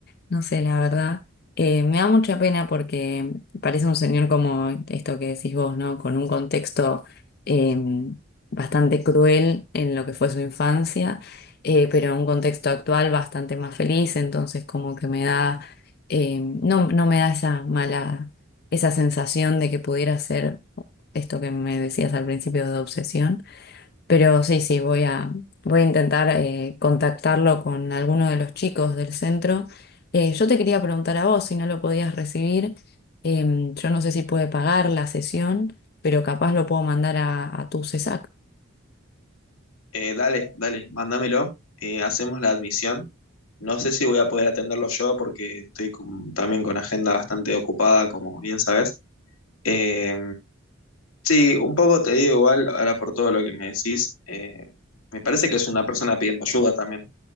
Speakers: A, on the left (about 45°); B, on the left (about 85°).
A: No sé, la verdad. Eh, me da mucha pena porque parece un señor como esto que decís vos, ¿no? Con un contexto eh, bastante cruel en lo que fue su infancia, eh, pero en un contexto actual bastante más feliz, entonces como que me da, eh, no, no me da esa mala, esa sensación de que pudiera ser esto que me decías al principio de obsesión. Pero sí, sí, voy a, voy a intentar eh, contactarlo con alguno de los chicos del centro. Eh, yo te quería preguntar a vos si no lo podías recibir. Em, yo no sé si puede pagar la sesión, pero capaz lo puedo mandar a, a tu CESAC.
B: Eh, dale, dale, mándamelo, eh, hacemos la admisión. No sé si voy a poder atenderlo yo porque estoy con- también con agenda bastante ocupada, como bien sabes. Eh, Sí, un poco te digo igual, ahora por todo lo que me decís, eh, me parece que es una persona pidiendo ayuda también.